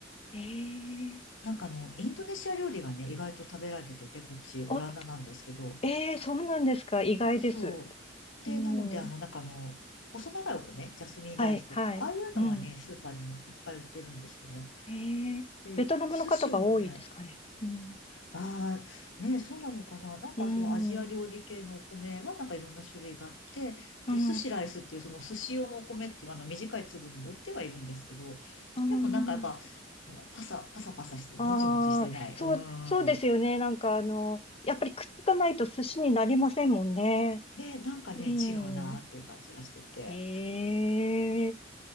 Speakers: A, on the left; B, on the left.
A: ええ
B: なんかあの、インドネシア料理がね、意外と食べられてて、こっち、
A: あ、
B: オランダなんですけど。
A: ええそうなんですか。意外です。
B: そう。で、
A: うん。
B: なので、あの、なんかあの、細長いお米、ジャスミンライスとか、
A: はい、はい。
B: ああいうのはね、
A: うん。
B: スーパーでもいっぱい売ってるんですよね。
A: ええベトナムの方が多いですかね。
B: で、寿司もね、
A: うん。
B: ああ、ね、そうなのかな。なんかそのアジア料理系のお米はなんかいろんな種類があって、
A: うん。うん。
B: で、寿司ライスっていうその寿司用のお米っていうあの短い粒のも売ってはいるんですけど、
A: うん。
B: でもなんかやっぱ、パサ、パサパサしてる。
A: ああ、
B: もちもちしてない。
A: そう、
B: うん。
A: そうですよね。
B: うん。
A: なんかあの、やっぱりくっつかないと寿司になりませんもんね。
B: ね、なんかね、
A: うん。
B: 違うなっていう感じがしてて。
A: ええ